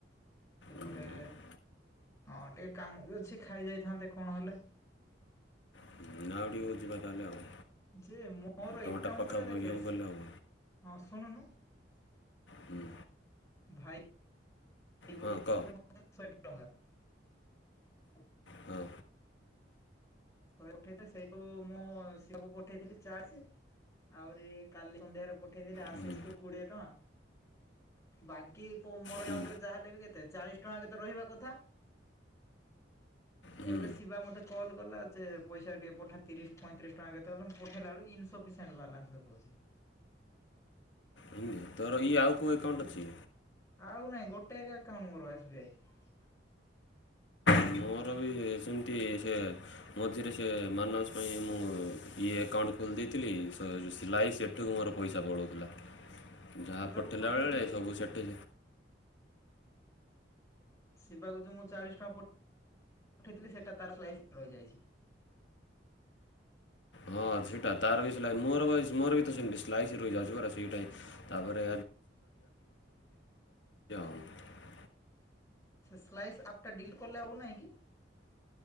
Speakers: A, on the left; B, on the left.
A: ସେପଟେ
B: ଉଁ,
A: ହଁ ଟିକେ କାମ ବି ଅଛି ଖାଇ ଯାଇଥାନ୍ତେ କଣ ହେଲେ
B: ଆଉ ଟିକେ ହଉ ଯିବା ତାହାଲେ ଆଉ।
A: ଯେ ମୋର
B: ନଅଟା
A: ଏକାଉଣ୍ଟରେ
B: ପାଖାପାଖି
A: ଦେଖେ
B: ଆଉ ଗଲେ ହେବ
A: ହଁ ଶୁଣୁନୁ
B: ହୁଁ,
A: ଭାଇ <unintelligible>
B: ହଁ କହ ହଁ
A: ଶୋଇ ଉଠେଇଥିଲେ ସେଇଠୁ ମୁଁ ପାକୁ ପଠେଇଥିଲି ଚାର୍ଜ ଆହୁରି କାଲି ସନ୍ଧ୍ୟାରେ ପଠେଇି ଆଶିଷ
B: ହୁଁ
A: କୁ କୋଡିଏ ଟଙ୍କା ବାକି ମୋରଉଣ୍ଟରେ
B: ହୁଁ
A: ଯାହାହେଲେ ବି କେତେ ଚାଳିଶ ଟଙ୍କା କେତେ ରହିବା କଥା
B: ହୁଁ
A: ଏବେ ଶିବା ମତେ କଲ କଲା ପଇସା ଟିକେ ପଠା ତିରିଶ ପଇଁତିରିଶ ଟଙ୍କା କେତେବେ ମୁ ପଠେଇଲା ବେ ଇନଲା କହୁଛି <inaudible>
B: ଏମିତି। ତୋର ଇଏ ଆଉ କୋଉ ଏକଉଣ୍ଟ ଅଛି
A: ଆଉ ନାଇଁ ଗୋଟେ ଏକାଉଣ୍ଟ ମୋର ଏସ ବି ଆଇ
B: ମୋର ବି ସେମିତି ସେ ମଝିରେ ସେ ମାନସ ପାଇଁ ମୁଁ ଇଏ ଆକାଉଣ୍ଟ ଖୋଲି ଦେଇଥିଲି ସିଲାଇ ସେଠିକୁ ମୋର ପଇସା ପଳାଉଥିଲା ଯାହା
A: ଶିବାକୁ
B: ପଠେଇଲା
A: ପଠେଇଥିଲି
B: ବେଳେ ସବୁ ସେଠ
A: ଶିବାକୁ ଯ ମୁଁ ଚାଳିଶ ଟଙ୍କା ପଠେଇଥିଲି, ସେଟା ତାଇ ରହିଯାଇଛି <inaudible>
B: ହଁ ସେଇଟା ତାର ବି ମୋର ମୋର ବି ତ ସେମାଇ ର ଯାଉଛି ପ ସେଇଟାଁ ତାପରେ <unintelligible>
A: ସେ ସ୍ଲାଇସ୍ ଆପ୍ଟା ଡିଲ୍ କଲେ ଆଉନାହିଁ କି?